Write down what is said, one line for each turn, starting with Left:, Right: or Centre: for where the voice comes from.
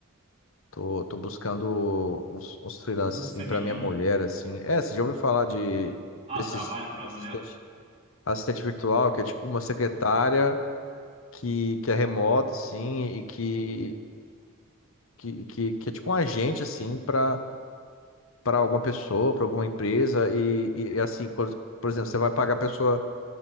Left: tô, tô buscando uns, uns freelances,
Right: pro público
Left: assim,
Right: feminino.
Left: para minha mulher, assim. É, você já ouviu falar de
Right: Ah,
Left: desses
Right: trabalho para
Left: assistente,
Right: mulher.
Left: assistente virtual, que é tipo uma secretária que, que é remota, assim, e que, que, que, que é tipo um agente, assim, para para alguma pessoa, para alguma empresa, e, e e, assim, por por exemplo, você vai pagar a pessoa